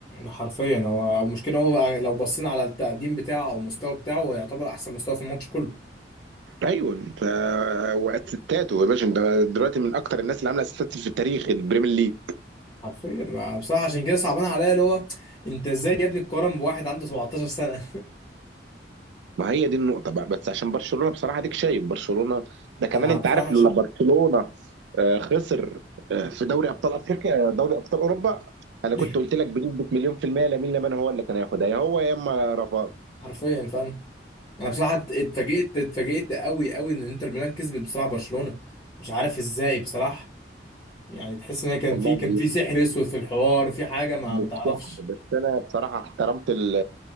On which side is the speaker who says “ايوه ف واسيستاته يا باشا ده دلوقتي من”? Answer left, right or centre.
Right